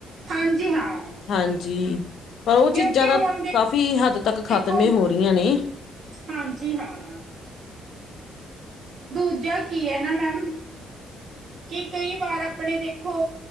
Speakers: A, on the right; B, on the left.
A: ਹਾਂਜੀ ਹਾਂ
B: ਹਾਂਜੀ ਪਰ ਉਹ
A: ਕਿਉਂਕਿ
B: ਚੀਜ਼ਾਂ ਤਾਂ,
A: ਹੁਣ
B: ਕਾਫ਼ੀ ਹੱਦ ਤੱਕ
A: ਦੇਖੋ
B: ਖ਼ਤਮ ਈ ਹੋ ਰਹੀਆਂ ਨੇ।
A: ਹਾਂਜੀ ਹਾਂ। ਦੂਜਾ ਕੀ ਹੈ ਨਾ ਮੈਮ, ਕਿ ਕਈ ਵਾਰ ਆਪਣੇ ਦੇਖੋ